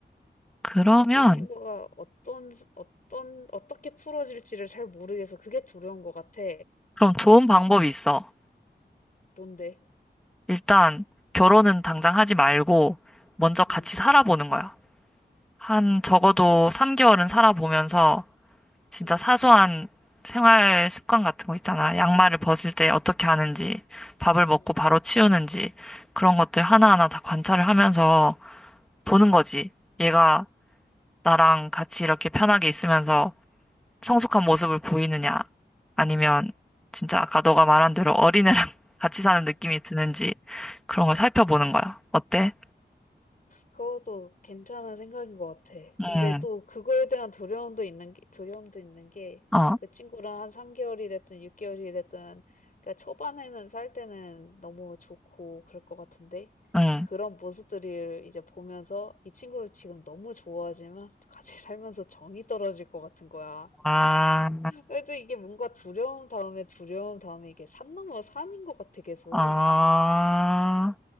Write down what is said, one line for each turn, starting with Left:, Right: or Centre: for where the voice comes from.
Centre: 그러면,
Left: 이 친구가 어떤 어떤 어떻게 풀어질지를 잘 모르겠어. 그게 두려운 것 같아.
Centre: 그럼 좋은 방법이 있어.
Left: 뭔데?
Centre: 일단, 결혼은 당장 하지 말고, 먼저 같이
Left: 음.
Centre: 살아보는 거야. 한, 적어도
Left: 음.
Centre: 3개월은 살아보면서, 진짜
Left: 음.
Centre: 사소한 생활 습관 같은 거 있잖아. 양말을 벗을 때 어떻게 하는지, 밥을 먹고
Left: 음.
Centre: 바로 치우는지, 그런 것들 하나하나 다 관찰을 하면서 보는 거지. 얘가 나랑 같이 이렇게 편하게 있으면서 성숙한 모습을 보이느냐, 아니면 진짜 아까 너가 말한 대로 어린애랑 <laughs> 같이 사는 느낌이 드는지 그런 걸 살펴보는 거야. 어때?
Left: 그것도 괜찮은 생각인 것 같아.
Centre: 응,
Left: 근데 또 그거에 대한 두려움도 있는 게, 두려움도 있는 게,
Centre: 어,
Left: 그 친구랑 한 3개월이 됐든 6개월이 됐든, 그러니까 초반에는 살 때는 너무 좋고 그럴 것 같은데,
Centre: 응.
Left: 그런 모습들을 이제 보면서 이 친구를 지금 너무 좋아하지만 같이 <laughs> 살면서 정이 떨어질 것 같은 거야.
Centre: 아,
Left: 그래도 이게 뭔가 두려움 다음에 두려움 다음에 이게 산 넘어 산인 것 같아, 계속.
Centre: 아,